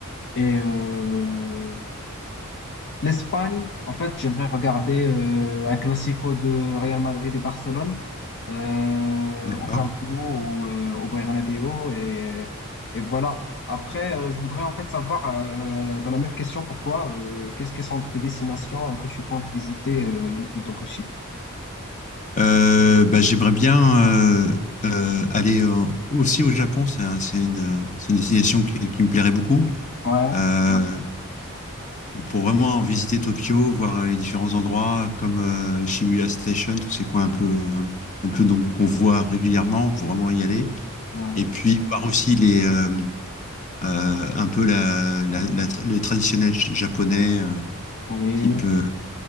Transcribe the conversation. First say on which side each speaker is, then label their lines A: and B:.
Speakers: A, on the left; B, on the left.
A: Et euh, L'Espagne, en fait, j'aimerais regarder euh, un classico de Real Madrid et Barcelone euh,
B: D'accord.
A: au Camp Nou ou euh, au Bernabéu et, et voilà. Après, euh, je voudrais en fait savoir euh, ben, la même question pour toi. Euh, qu'est-ce que sont tes destinations euh, que tu comptes visiter euh, le plus tôt possible?
B: Euh, bah, j'aimerais bien euh, euh, aller euh, aussi au Japon. C'est un- c'est une, euh, c'est une destination qui, qui me plairait beaucoup.
A: Ouais,
B: Euh, pour, pour vraiment visiter Tokyo, voir les différents endroits comme euh, Shibuya Station, tous ces coins un peu, euh, un, peu donc qu'on voit régulièrement pour vraiment y aller.
A: ouais,
B: Et puis voir aussi les, euh, euh, un peu la, la, la les traditionnels japonais, euh,
A: oui,
B: type euh,